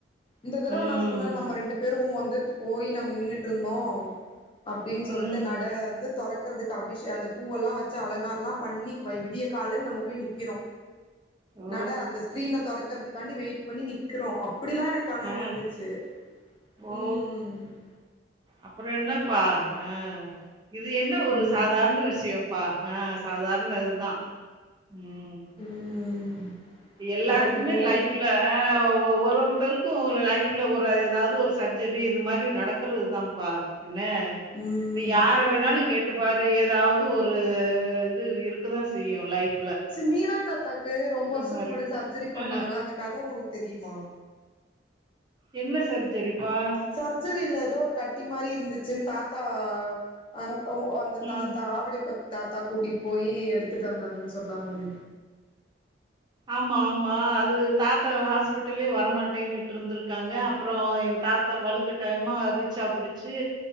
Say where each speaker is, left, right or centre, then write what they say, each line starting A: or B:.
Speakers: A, on the left; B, on the right.
A: இந்த தடவ
B: ம்
A: நா சொன்னல் நம்ம ரெண்டு பேரு வந்துட் போய் நம்ம நின்னுட்ருந்தோ அப்டின்
B: ம்
A: சொல்ட்டு நட வந்து தொரக் க்கிறதுக் அபிஷே அந்த பூவெல்லா வெச்சு அலங்காரலா பண்ணி வை விடிய காலைல நம்ம போய் நிக்கிறோ
B: ஓ!
A: நட அந்த ஸ்கிரீன தொறக்கறதுக்காண்டி வெயிட் பண்ணி நிக்கறோ அப்படில்லா எனக் கணவு
B: ஆ
A: வந்துச்சு
B: ஓ
A: ம்
B: அப்புற என்னப்பா ஆ இது என்ன ஒரு
A: ம்
B: சாதாரண விஷயம்ப்பா ஆ சாதாரண அதுதா ம்
A: ம்
B: எல்லாருக்குமே
A: அதா இவ்ளோ
B: லைப்பி
A: ஒரு
B: ல ஆ ஒ ஒருத்தருக்கு லைஃப்புல ஒரு எதாவது ஒரு சப்ஜரி இது மாரி நடக் குறதுதாம்ப்பா என்ன
A: ம்
B: நீ யார வேணாலு கேட் டு பாரு எதாவது ஒரு இது இருக்கதா செய்யு லைஃப்
A: ச மீனா தாத்தாக்கு ரொம்ப வருஷத்துக்கு
B: மாரி.
A: முன்னாடி சர்ஜரி பண்ணாங்கள
B: ஆ.
A: அந்த கத உங்களுக் தெரியுமா
B: என்ன சர்ஜரிப்பா
A: சர்ஜரியில்ல எதோ ஒரு கட்டி மாரி இருந்துச்சுன் தாத்தா அன ஓ அன் அந்த
B: ம்.
A: தாத்தா ஆவடிப்பா தாத்தா கூட்டிட் போய் எடுத்துட்டு வந்தாங்கன் சொன்னாங்களே
B: ஆமா ஆமா அது தாத்தா ஹாஸ்பிட்டலயே வரமாட்டேன்ட்ருந்திருக்காங்க அப்புறோ எங்க தாத்தா வலுக் ருக்க டைமா ரிச்சா புடுச்சி